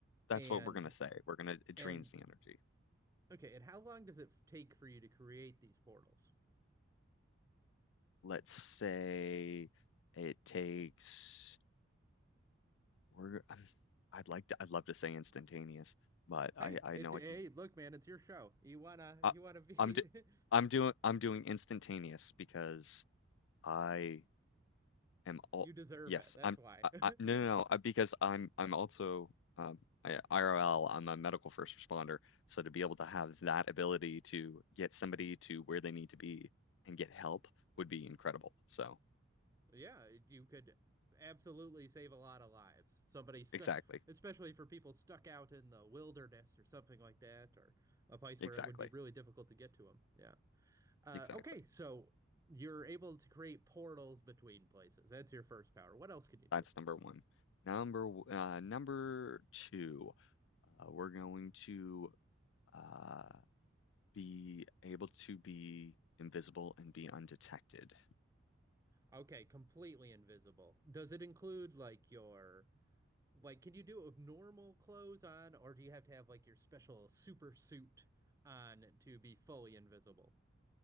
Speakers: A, on the left; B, on the right.
A: that's
B: And
A: what we're gonna say. We're gonna it drains
B: and
A: the energy.
B: okay, and how long does it f- take for you to create these portals?
A: Let's say it takes. We're. um, I'd like to. I'd love to say instantaneous, but I.
B: Hey,
A: I
B: it's
A: know
B: hey,
A: I can't.
B: look, man, it's your show. You wanna
A: I,
B: you wanna be
A: I'm. Do, I'm doing. I'm doing instantaneous because I am
B: <laughs>
A: all
B: you deserve
A: yes,
B: it. That's
A: I'm
B: why.
A: I,
B: <laughs>
A: I, no no no uh, because I'm I'm also um I, IRL, I'm a medical first responder, so to be able to have that ability to get somebody to where they need to be and get help would be incredible. So
B: Yeah, you could absolutely save a lot of lives. Somebody stuck,
A: exactly,
B: especially for people stuck out in the wilderness or something like that, or a place
A: exactly,
B: where it would be really difficult to get to them. Yeah. Uh,
A: exactly.
B: okay, so you're able to create portals between places. That's your first power. What else can you do?
A: That's number one. Number w- uh, number two, uh, we're going to uh, be able to be invisible and be undetected.
B: Okay, completely invisible. Does it include like your like can you do it with normal clothes on, or do you have to have like your special super suit on to be fully invisible?